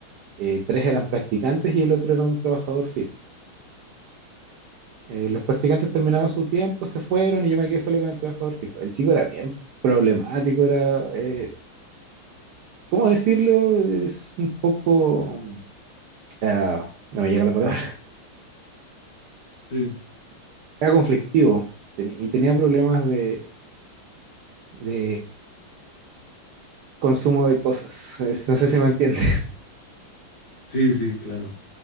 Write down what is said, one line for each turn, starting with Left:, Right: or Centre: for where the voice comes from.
Right: eh, tres eran practicantes y el otro era un trabajador fijo. Eh, los practicantes terminaron su tiempo, se fueron y yo me quedé solo con el trabajador fijo. El chico era bien problemático, era, eh, ¿cómo decirlo? Es un poco, ah, no me llega la palabra, <laughs>
Left: Sí,
Right: era conflictivo ten- y tenía problemas de, de consumo de cosas. Es- no sé si me entiende.
Left: sí, sí, claro.